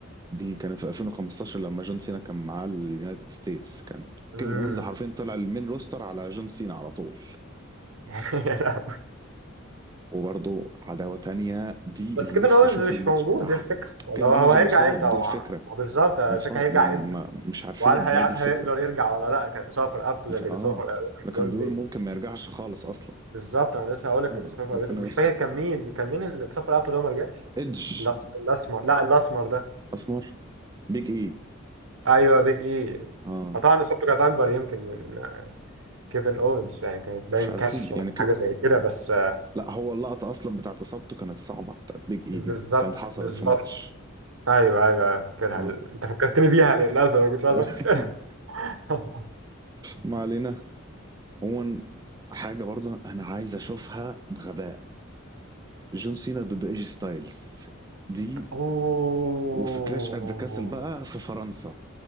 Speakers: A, on the right (about 20°); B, on the right (about 75°).
A: دي كانت في 2015 لما جون سينا كان معاه اليونايتد ستيتس كان
B: امم
A: كيفن أوينز حرفيا طلع المين روستر على جون سينا على طول
B: <laughs>
A: وبرضو عداوة تانية دي
B: بس
A: اللي
B: كيفن
A: نفسي
B: اوينز
A: أشوف
B: مش
A: الماتش
B: موجود
A: بتاعها
B: دي الفكره ولا
A: كيفن
B: هو
A: أونز
B: هو هيرجع
A: مصاب
B: امتى هو
A: دي الفكرة
B: مع- هو بالظبط الفكره
A: مصاب
B: هيرجع
A: ما ما
B: امتى
A: مش عارفين
B: وهل هي...
A: هي دي الفكرة
B: هيقدر يرجع ولا لا كان اصابه في رقبته
A: مش
B: ده اللي
A: اه
B: بيصاب رقبته
A: ده
B: دول
A: كان بيقول
B: بي...
A: ممكن ما يرجعش خالص اصلا
B: بالظبط انا لسه هقول لك
A: اه
B: اللي بيصاب رقبته
A: ربنا
B: مش
A: يستر
B: فاكر كان مين كان مين اللي اتصاب في رقبته ده وما رجعش
A: ايدج
B: الأس- الاسمر لا الاسمر ده
A: اسمر بيج اي
B: ايوه بيج اي
A: اه
B: فطبعا اصابته كانت اكبر يمكن من كيفن اوينز يعني كانت
A: مش
B: باين
A: عارفين
B: كسر
A: يعني
B: ولا
A: ك...
B: حاجه زي كده بس
A: لا هو اللقطة اصلا بتاعت اصابته كانت صعبة بتاعت بيج اي
B: بالظبط
A: دي كانت حصلت
B: بالظبط
A: في ماتش
B: ايوه ايوه أيوة، فاكرها
A: اه
B: انت فكرتني بيها للاسف ما كنتش عايز
A: <laughs>
B: افتكرها <laughs>
A: ما علينا عموما حاجة برضه انا عايز اشوفها بغباء جون سينا ضد ايجي ستايلز دي
B: اوه
A: وفي كلاش ات ذا كاسل بقى في فرنسا